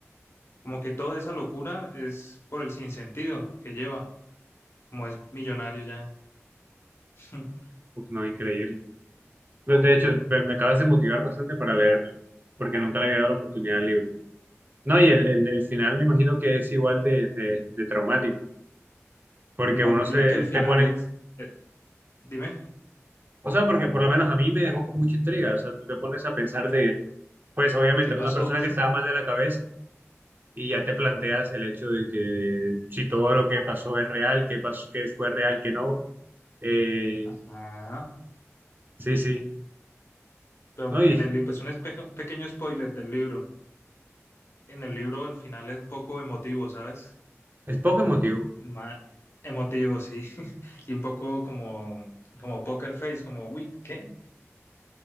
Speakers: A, on the left; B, on the right.
A: como que toda esa locura es por el sinsentido que lleva, como es millonario ya. <laughs>
B: uf, no, increíble. De hecho, me, me acabas de motivar bastante para leérmelo, porque nunca le había dado la oportunidad al libro. No, y el, el, el final me imagino que es igual de, de, de traumático, porque
A: No,
B: uno se
A: mira que el final
B: te pone,
A: es, eh, dime,
B: o sea, porque por lo menos a mí me dejó con mucha intriga, o sea, tú te pones a pensar de, pues obviamente
A: ¿qué
B: era
A: pasó?
B: una persona que estaba mal de la cabeza y ya te planteas el hecho de que si todo lo que pasó es real, qué pasó, qué fue real, qué no, eh,
A: Ajá.
B: sí, sí,
A: Pero
B: no, y
A: en el libro, pues un espe- un pequeño spoiler del libro. En el libro el final es un poco emotivo, ¿sabes?
B: es poco emotivo,
A: ma- emotivo, sí. <laughs> Y un poco como, como poker face, como, uy, ¿qué?